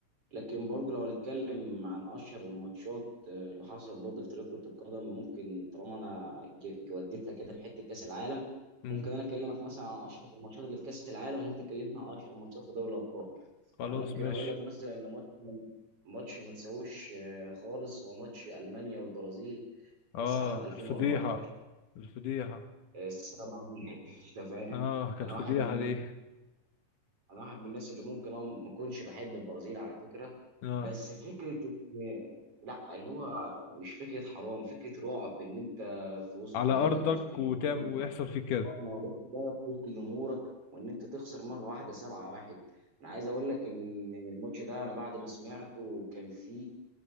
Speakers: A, on the right; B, on the left.
A: لكن برضه لو هنتكلم عن اشهر الماتشات آه، اللي حصلت برضه في تاريخ كره القدم ممكن طالما انا ج- جودتها كده في حته كاس العالم
B: امم
A: ممكن انا اكلمك مثلا عن اشهر الماتشات اللي في كاس العالم وانت تكلمنا عن اشهر الماتشات في دوري الابطال
B: خلاص
A: انا ممكن
B: ماشي
A: اقول لك مثلا ان ماتش ماتش ما نساهوش آه، خالص هو ماتش المانيا والبرازيل
B: اه
A: كاس عالم 2014
B: الفضيحه الفضيحه
A: آه، 7 واحد <laughs> انت فاهم
B: اه كانت
A: انا
B: فضيحه
A: واحد من الناس
B: دي
A: انا واحد من الناس اللي ممكن أنا ما اكونش بحب البرازيل على فكره
B: اه
A: بس فكره إن- لا اللي هو مش فكره حرام فكره رعب ان انت في وسط
B: على
A: بلدك
B: ارضك
A: وسط جمهورك
B: وتعمل ويحصل فيك كده
A: اه معلش بقى في وسط جمهورك وان انت تخسر مره واحده 7 1 انا عايز اقول لك ان الماتش ده انا بعد ما سمعته كان في